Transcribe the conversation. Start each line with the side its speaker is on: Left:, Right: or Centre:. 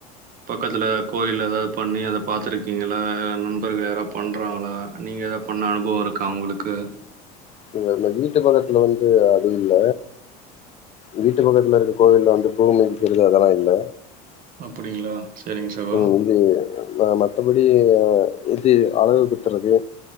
Right: பக்கத்தில் கோயில எதாவது பண்ணி அத பார்த்துருக்கீங்களா நண்பர்கள் யாராவது பண்ணுறாங்களா நீங்க ஏதாது பண்ண அனுபவம் இருக்கா உங்களுக்கு
Left: நீங்க இந்த வீட்டு பக்கத்துல வந்து அது இல்ல. வீட்டு பக்கத்தில் இருக்க கோவிலில் வந்து பூமிதிக்குறது அதெல்லாம் இல்ல
Right: அப்டிங்களா சரிங்க சகோ
Left: ம் இது ம மத்தபடி இது அழகு குத்துறது